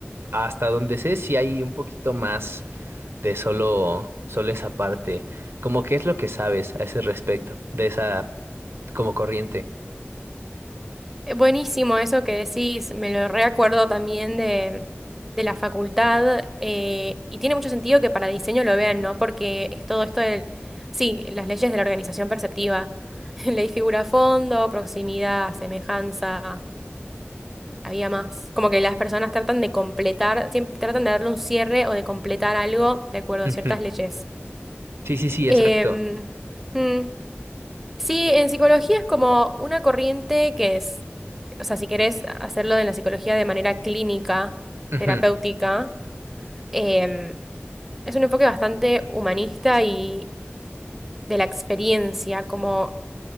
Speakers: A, on the right; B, in the centre.
A: hasta donde sé sí hay un poquito más de solo, solo esa parte, como qué es lo que sabes a ese respecto, de esa como corriente.
B: eh, buenísimo eso que decís, me lo reacuerdo también de, de la facultad eh, y tiene mucho sentido que para diseño lo vean, ¿no? Porque es todo esto del, sí, las leyes de la organización perceptiva, <laughs> ley figura fondo, proximidad, semejanza, había más, como que las personas tratan de completar, siempre tratan de darle un cierre o de completar algo de acuerdo
A: Ujú.
B: a ciertas leyes.
A: Sí, sí, sí,
B: Em,
A: exacto.
B: mm, Sí, en psicología es como una corriente que es o sea, si querés hacerlo en la psicología de manera clínica,
A: Ujú.
B: terapéutica, em, es un enfoque bastante humanista y de la experiencia, como